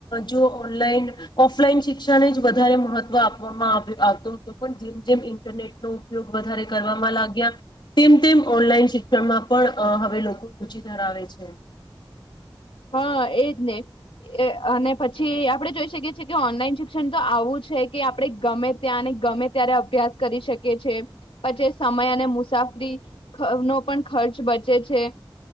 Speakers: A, on the left; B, on the left.
A: જો ઓનલાઈન ઓફલાઈન શિક્ષણ જ વધારે મહત્વ આપવામાં આવ આવતો હતો પણ જેમ જેમ ઇન્ટરનેટનો ઉપયોગ વધારે કરવાવામાં લાગ્યા તેમ તેમ ઓનલાઈન શિક્ષણમાં પણ હવે લોકો રુચિ ધરાવે છે.
B: હા એજ ને અને પછી આપડે જોઈ શકીએ છીએ કે ઓનલાઈન શિક્ષણ તો આવું છે કે આપણે ગમે ત્યાં અને ગમે ત્યારે અભ્યાસ કરી શકીએ છે પણ સમય અને મુસાફરી નો પણ ખર્ચ બચે છે